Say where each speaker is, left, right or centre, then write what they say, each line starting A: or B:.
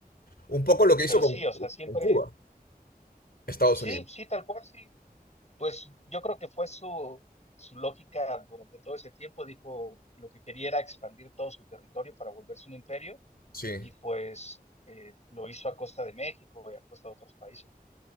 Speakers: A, on the left; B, on the left.
A: Un poco lo que hizo
B: Pero
A: con,
B: sí, o sea, siempre,
A: con Cuba, Estados
B: sí,
A: Unidos.
B: sí, tal cual, sí, Pues yo creo que fue su, su lógica durante todo ese tiempo. Dijo lo que quería era expandir todo su territorio para volverse un imperio
A: Sí,
B: y pues eh, lo hizo a costa de México y a costa de otros países.